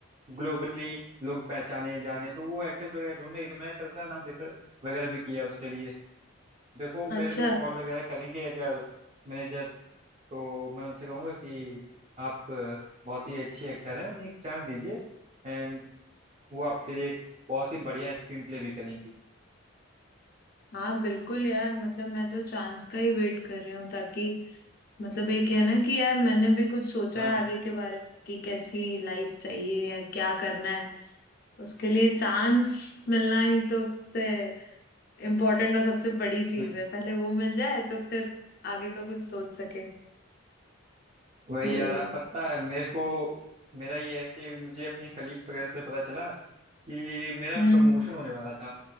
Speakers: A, on the right (about 30°); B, on the left (about 45°).
A: ग्लोबली लोग पहचाने जाने तो वो एक्टर्स वगैरह ढूंढ रही तो मैंने तेरा नाम रेफर वगैरह भी किया उसके लिए देखो मेरे
B: अच्छा
A: को कॉल वगैरह करेंगे अगर मैनेजर तो मैं उनसे कहूँगा कि आप अ, बहुत ही अच्छी एक्टर हैं उन्हें एक चांस दीजिए एंड वो आपके लिए एक बहुत ही बढ़िया स्क्रीन प्ले भी करेंगी
B: हाँ बिल्कुल यार मतलब मैं तो चांस का ही वेट कर रही हूँ ताकि मतलब एक है ना कि यार मैंने भी कुछ सोचा
A: हाँ
B: है आगे के बारे में कि कैसी लाइफ चाहिए या क्या करना है तो उसके लिए चांस मिलना ही तो सबसे इम्पोर्टेंट और सबसे बड़ी चीज
A: हम्म,
B: है पहले वो मिल जाए तो फिर आगे का कुछ सोच सके
A: वही
B: ये
A: यार आप पता है मेरे को मेरा ये है कि मुझे अपने कलीग्स वगैरह से पता चला कि मेरा
B: हम्म
A: प्रमोशन होने वाला था